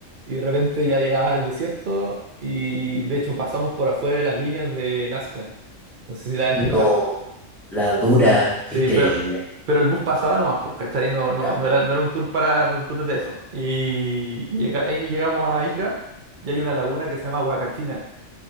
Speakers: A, on the right; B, in the centre.
A: y de repente ya llegabas al desierto, y de hecho pasamos por afuera de las líneas de Nazca. No sé si la has escuchado.
B: No. La dura, qué
A: Sí,
B: increíble.
A: pero, pero el bus pasaba nomás, pues, ¿cachai? No, no,
B: Ya.
A: no era, no era un tour para un tour de eso. Y, y llega- ahí llegamos a Ica y hay una laguna que se llama Huacachina.